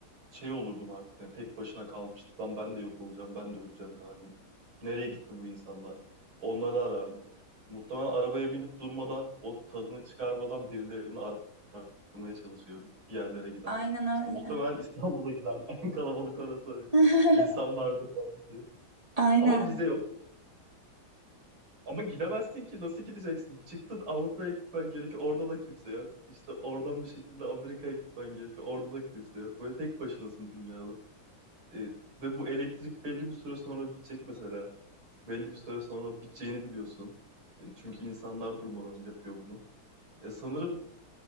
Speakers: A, on the right; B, on the right.
A: şey olurdum artık. Yani tek başına kalmıştık. Lan ben de yok olacağım. Ben de öleceğim galiba. Nereye gitti bu insanlar? Onları arardım. Muhtemelen arabaya binip durmadan, o tadını çıkarmadan birilerini aramaya çalışırdım. Bir yerlere giderdim.
B: Aynen öyle.
A: İşte muhtemelen İstanbul'a giderdim. <laughs> En kalabalık orası. Hani
B: <laughs>
A: insan vardı falan diye.
B: Aynen.
A: Ama vize yok. Ama gidemezsin ki. Nasıl gideceksin? Çıktın Avrupa'ya gitmen gerekiyor. Orada da kimse yok. İşte oradan bir şekilde Amerika'ya gitmen gerekiyor. Orada da kimse yok. Böyle tek başınasın dünyada. E, ve bu elektrik belli bir süre sonra bitecek mesela. Belli bir süre sonra biteceğini biliyorsun. E, çünkü insanlar durmadan yapıyor bunu. E, sanırım